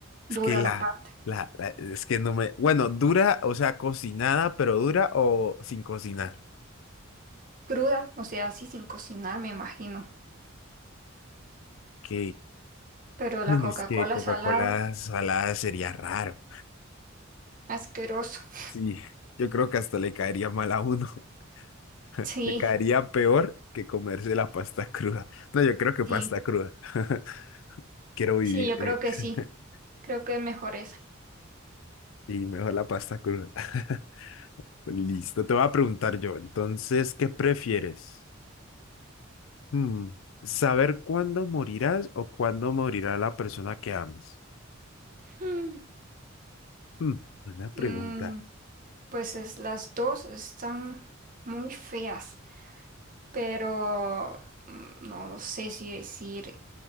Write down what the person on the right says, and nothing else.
dura
la pasta?
Cruda, o sea, así sin cocinar, me imagino.
Pero
la
Coca-Cola
salada,
asqueroso. <laughs>
Sí,
sí,
sí, yo
creo que
sí. Creo que es mejor esa.
Mm,
mm, pues es, las dos están muy feas. pero mm, no lo sé si decir